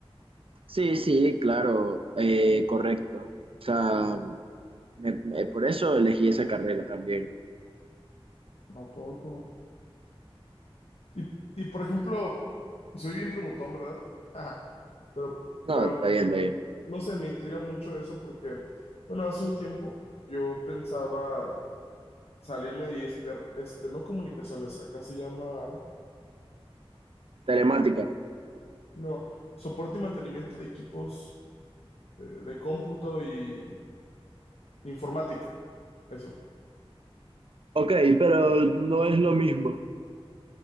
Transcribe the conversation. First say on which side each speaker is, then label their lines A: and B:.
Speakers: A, on the right; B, on the left.
A: Sí, sí, claro, eh, correcto. O sea, Me- me- por eso elegí esa carrera también.
B: ¿A poco? Y, y por ejemplo, soy bien preguntón, ¿verdad? <laughs> Pero,
A: No,
B: pero,
A: está bien, está bien.
B: no sé, me intriga mucho eso porque, bueno, hace un tiempo yo pensaba salirme y estudiar, este, no comunicaciones, acá se llama,
A: Telemática.
B: no, soporte y mantenimiento de equipos eh, de cómputo y informática. Eso.
A: Ok, pero no es lo mismo.